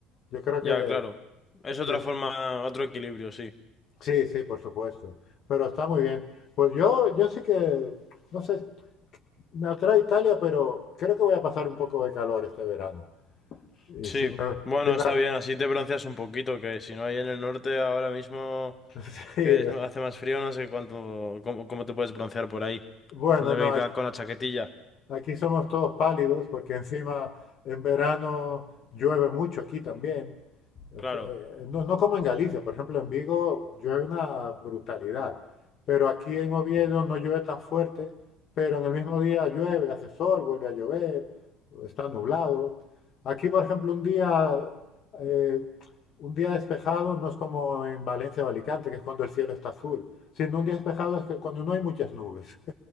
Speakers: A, on the left (about 55°); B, on the left (about 30°).
A: Yo creo
B: Ya,
A: que,
B: claro. Es otra
A: que es-
B: forma, otro equilibrio, sí.
A: Sí, sí, por supuesto. Pero está muy bien. Pues yo, yo sí que, no sé, me atrae Italia, pero creo que voy a pasar un poco de calor este verano. Y
B: Sí,
A: si me,
B: bueno,
A: si me-
B: está bien, así te bronceas un poquito, que si no hay en el norte ahora mismo
A: <laughs> sí,
B: que
A: es-
B: es- hace más frío, no sé cuánto, cómo, cómo te puedes broncear por ahí.
A: bueno,
B: Te toca
A: no,
B: ir
A: hay,
B: con la chaquetilla.
A: Aquí somos todos pálidos porque encima en verano llueve mucho aquí también. O
B: Claro,
A: sea, eh, no, no como en Galicia, por ejemplo, en Vigo llueve una brutalidad, pero aquí en Oviedo no llueve tan fuerte, pero en el mismo día llueve, hace sol, vuelve a llover, está nublado. Aquí, por ejemplo, un día, eh, un día despejado no es como en Valencia o Alicante, que es cuando el cielo está azul, sino un día despejado es que cuando no hay muchas nubes.